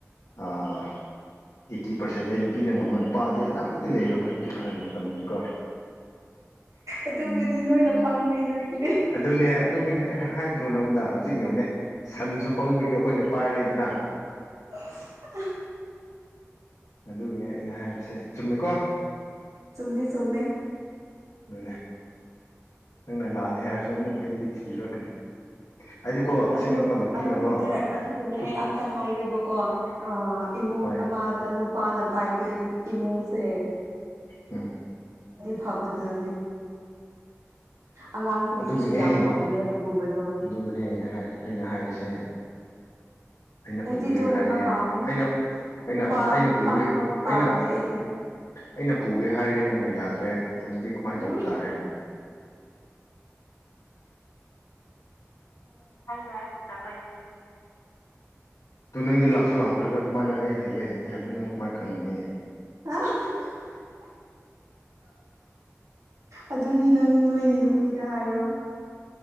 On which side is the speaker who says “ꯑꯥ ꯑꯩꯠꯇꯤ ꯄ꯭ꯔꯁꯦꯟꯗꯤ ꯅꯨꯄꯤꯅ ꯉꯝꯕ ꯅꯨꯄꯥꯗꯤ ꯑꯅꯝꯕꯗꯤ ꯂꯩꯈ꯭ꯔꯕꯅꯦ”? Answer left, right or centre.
Left